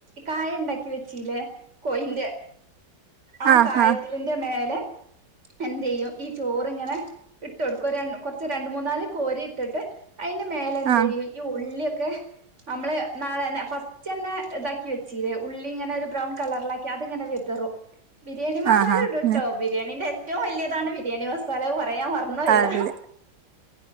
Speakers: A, on the right; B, on the right.
A: കായ ഉണ്ടാക്കി വെച്ച്‌ലെ കോയിന്റെ ആ
B: ആഹാ
A: കായത്തിന്റെ മേലെ എന്തെയ്യും ഈ ചോറ്ങ്ങനെ ഇട്ട് കൊടുക്കും ഒര് <unintelligible> കൊർച്ച് രണ്ട് മൂന്നാല് കോരി ട്ട്ട്ട് അയ്ന്റെ മേലെന്തെ
B: ആഹ്
A: യ്യും ഈ ഉള്ള്യക്കെ നമ്മള് <unintelligible> ഫസ് റ്റെന്നെ ഇതാക്കി വെച്ചീല്ലേ ഉള്ളി ങ്ങനെ ഒരു ബ്രൗൺ കളറിലാക്കി അതിങ്ങനെ വിതറും ബിരിയാണി മസാല
B: ആഹാ
A: ഇടുട്ടോ
B: ന്ന്
A: ബിരിയാണിന്റെ ഏറ്റവും വലിയതാണ് ബിരിയാണി മസാല പറയാൻ പറന്നു
B: അല്ല
A: ഇന്നാടാ